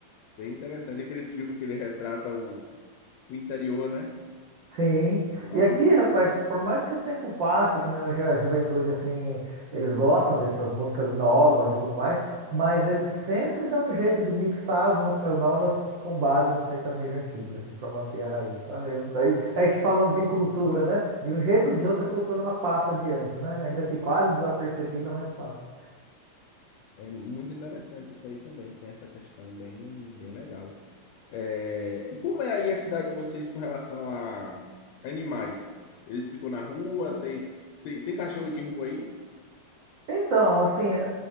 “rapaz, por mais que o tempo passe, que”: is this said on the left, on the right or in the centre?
Right